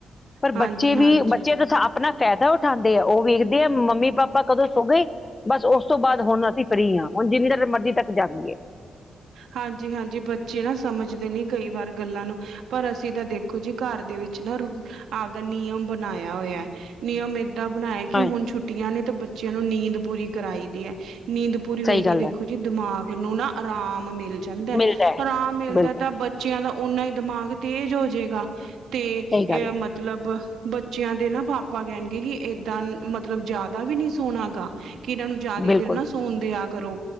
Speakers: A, on the left; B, on the right.
A: ਪਰ
B: ਹਾਂਜੀ
A: ਬੱਚੇ ਵੀ,
B: ਹਾਂਜੀ
A: ਬੱਚੇ ਤਾ ਸ ਅਪਨਾ ਫੈਦਾ ਉਠਾਂਦੇ ਆ, ਓ ਵੇਖਦੇ ਆ ਮੰਮੀ-ਪਾਪਾ ਕਦੋਂ ਸੋ ਗਏ, ਬਸ ਓਸ ਤੋਂ ਬਾਦ ਹੁਨ ਅਸੀ ਫਰੀ ਆਂ, ਹੁਨ ਜਿੰਨੀ ਦੇਰ ਮਰਜੀ ਤੱਕ ਜਾਗੀਏ।
B: ਹਾਂਜੀ ਹਾਂਜੀ, ਬੱਚੇ ਨਾ ਸਮਝਦੇ ਨੀ ਕਈ ਵਾਰ ਗੱਲਾ ਨੂੰ, ਪਰ ਅਸੀ ਤਾਂ ਦੇਖ ਦੇਖੋ ਜੀ ਘਰ ਦੇ ਵਿੱਚ ਨਾ ਰੂ ਆਪਦਾ ਨਿਯਮ ਬਣਾਏਆ ਹੋਏਆ, ਨਿਯਮ ਏ ਦਾ ਬਣਾਏ ਕਿ
A: ਹਾਂਜੀ
B: ਹੁਨ ਛੁੱਟੀਆਂ ਨੇ ਤੇ ਬੱਚੇਆਂ ਨੂੰ ਨੀਂਦ ਪੂਰੀ ਕਰਾਈ ਦੀ ਐ, ਨੀਂਦ ਪੂਰੀ ਹੋਏਗੀ
A: ਸਹੀ ਗੱਲ
B: ਦੇਖੋ
A: ਹੈ
B: ਜਿ ਦਿਮਾਗ ਨੂੰ ਨਾ ਅਰਾਮ ਮਿਲ ਜਾਂਦੈ।
A: ਮਿਲਦਾ ਹੈ
B: ਅਰਾਮ ਮਿਲਦਾ
A: ਬਿਲਕੁਲ
B: ਤਾਂ ਬੱ ਚੇਆਂ ਦਾ ਓਨਾ ਈ ਦਿਮਾਗ ਤੇਜ ਹੋਜੇਗਾ ਤੇ
A: ਸਹੀ ਗੱਲ
B: ਏ
A: ਹੈ
B: ਮਤ ਲਬ ਬੱਚੇਆਂ ਦੇ ਨਾ ਪਾਪਾ ਕੈਣਗੇ ਕਿ ਏਦਾਂ ਮਤਲਬ ਜਾਦਾ ਵੀ ਨੀ ਸੋਣਾ ਗਾ। ਕਿ ਏਨਾਂ ਨੂੰ ਜਾਦੀ
A: ਬਿਲਕੁਲ
B: ਦੇਰ ਨਾ ਸੋਣ ਦੇਆ ਕਰੋ